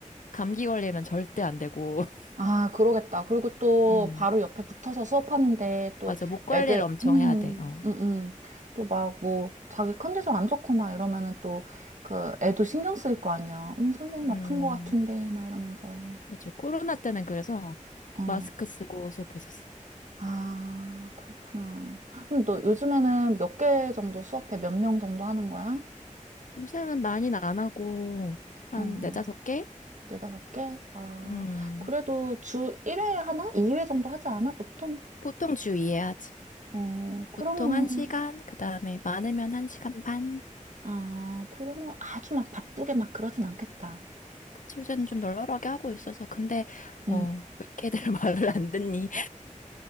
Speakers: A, on the left; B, on the right.
A: 감기 걸리면 절대 안 되고. <laughs>
B: 아, 그러겠다. 그리고 또
A: 음.
B: 바로 옆에 붙어서 수업하는데 또
A: 맞아. 목 관리를
B: 애들,
A: 엄청
B: 음,
A: 해야 돼. 어.
B: 음, 음. 또 막 뭐 자기 컨디션 안 좋거나 이러면은 또 그 애도 신경 쓰일 거 아니야. 음, 선생님
A: 음,
B: 아픈 거 같은데 막 이러면서.
A: 맞아. 코로나 때는 그래서
B: 어.
A: 마스크 쓰고 수업했었어.
B: 아, 그렇구나. 그럼 너 요즘에는 몇 개 정도 수업해? 몇 명 정도 하는 거야?
A: 요새는 많이는 안 하고, 한
B: 어,
A: 네다섯 개?
B: 네다섯 개? 아,
A: 음,
B: 그래도 주 1회 하나? 2회 정도 하지 않아? 보통?
A: 보통 주의회 하지.
B: 어, 그러면은.
A: 보통 한시간그 다음에 많으면 한시간 반.
B: 아, 그러면 아주 막 바쁘게 막 그러진 않겠다.
A: 그치, 요새는 좀 널널하게 하고 있어서. 근데, 어,
B: 음.
A: 왜 이렇게 애들 <laughs> 말을 안 듣니?